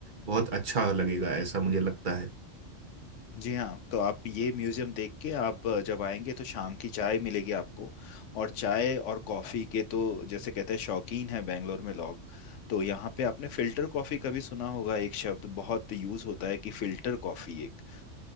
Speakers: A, on the right; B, on the left.
A: बहुत अच्छा लगेगा ऐसा मुझे लगता है
B: जी हाँ तो आप ये म्यूजियम देख के आप अ, जब आएंगे तो शाम की चाय मिलेगी आपको और चाय और कॉफ़ी के तो जैसे कहते हैं शौकीन है बेंगलोर में लोग तो यहाँ पे आपने फिल्टर कॉफ़ी का भी सुना होगा एक शब्द बहुत यूज़ होता है कि फिल्टर कॉफ़ी एक